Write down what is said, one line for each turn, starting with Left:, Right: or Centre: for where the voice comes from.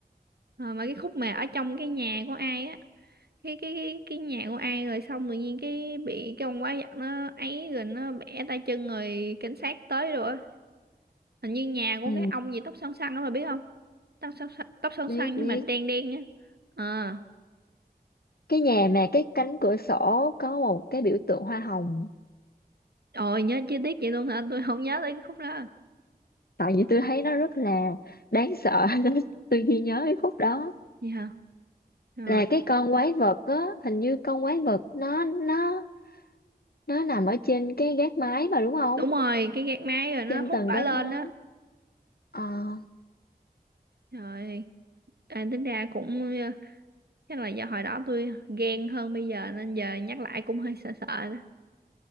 Right: Ờ, mà cái khúc mà ở trong cái nhà của ai á cái cái cái, cái nhà của ai rồi xong tự nhiên cái bị cái ông quá giặc nó ấy rồi nó bẻ tay chân rồi cảnh sát tới rồi á hình như nhà của
Left: Ừ,
Right: cái ông gì tóc xoăn xoăn đó mà biết không tóc xoăn xoăn- tóc xoăn
Left: biết
Right: xoăn
Left: biết.
Right: nhưng mà đen đen nhá ờ
Left: Cái nhà mà cái cánh cửa sổ có một cái biểu tượng hoa hồng.
Right: ôi nhớ chi tiết vậy luôn hả tôi không nhớ tới cái khúc đó
Left: Tại vì tôi thấy nó rất là đáng sợ <laughs> nên tôi ghi nhớ cái khúc đó.
Right: gì hả Ờ,
Left: Là cái con quái vật á, hình như con quái vật nó nó nó nằm ở trên cái gác mái mà đúng không?
Right: đúng rồi cái gạt máy rồi nó
Left: Trên
Right: hút
Left: tầng
Right: bả
Left: gác
Right: lên
Left: mái.
Right: á
Left: Ờ
Right: trời à, tính ra cũng ờ, chắc là do hồi đó tôi ghen hơn bây giờ nên giờ nhắc lại cũng hơi sợ sợ